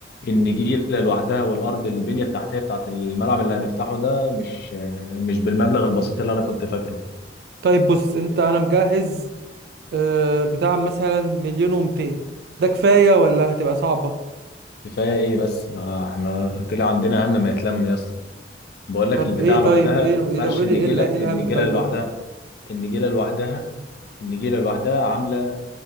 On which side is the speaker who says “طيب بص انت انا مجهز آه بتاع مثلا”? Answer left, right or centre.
Right